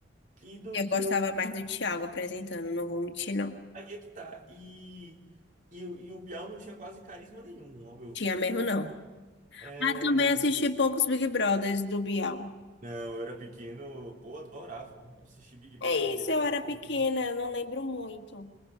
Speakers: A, on the right (about 45°); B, on the left (about 65°).
A: e do
B: Eu
A: que
B: gostava
A: o.
B: mais do Thiago apresentando, não vou mentir, não.
A: Aí é que tá. E, e, o- e o Bial não tinha quase carisma nenhum, ao meu
B: Tinha
A: ver.
B: mesmo, não.
A: É,
B: Ah, também assisti poucos Big Brothers do Bial.
A: Não, eu era pequeno, pô, adorava assistir Big Brother
B: É
A: do
B: isso,
A: Biel
B: eu
A: pra
B: era
A: caramba,
B: pequena,
A: né?
B: eu não lembro muito.